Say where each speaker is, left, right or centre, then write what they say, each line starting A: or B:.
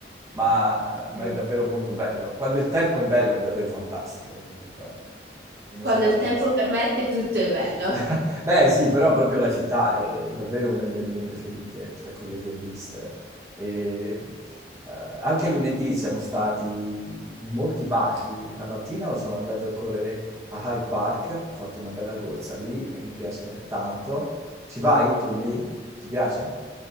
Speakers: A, on the right; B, on the right.
A: ma, ma
B: Eh
A: è davvero
B: sì.
A: molto bello. Quando il tempo è bello è davvero fantastico comunque. È una
B: Quando
A: città
B: il
A: bellissima.
B: tempo permette, tutto è bello.
A: <laughs> Beh, sì, però proprio la città è davvero una delle mie preferite tra quelle che ho viste. E, eh, anche lunedì siamo stati in molti parchi. La mattina sono andato a correre a Hyde Park, ho fatto una bella corsa lì che mi piace tanto. Ci vai tu lì? Ti piace?